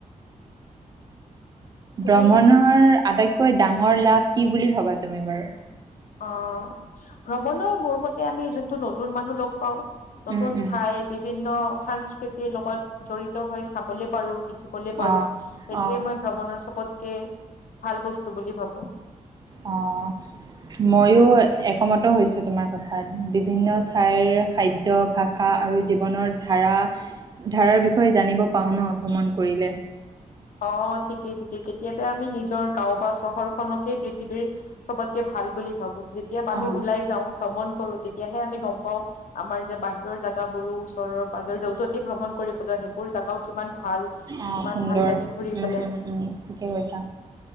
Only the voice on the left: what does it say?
তুমি
অঁ ভ্ৰমণৰ মোৰ মতে আমি যোনটো নতুন মানুহ লগ পাওঁ নতুন
ঠাইত- বিভিন্ন সাংস্কৃতিৰ লগত জড়িত হৈ চাবলে পাৰো- শিকিবলে পাৰো।
সেইটোৱে
মই ভ্ৰমণৰ চবতকে ভাল বস্তু বুলি ভাবো।
অঁ ঠিকেই ঠিকেই, কেতিয়াবা আমি নিজৰ গাও বা চহৰখনকে পৃথিৱীৰ- চবতকে ভাল বুলি ভাবো, যেতিয়া আমি
ওলাই যাওঁ ভ্ৰমণ কৰো তেতিয়াহে আমি গম পাওঁ- আমাৰ যে বাহিৰৰ জাগাবোৰো ওচৰৰ পাজৰ যে যতি ভ্ৰমণ কৰিব যা সেইবোৰ জাগাও কিমান ভাল।
কিমান
ভাল লাগে ঘূৰি পেলাই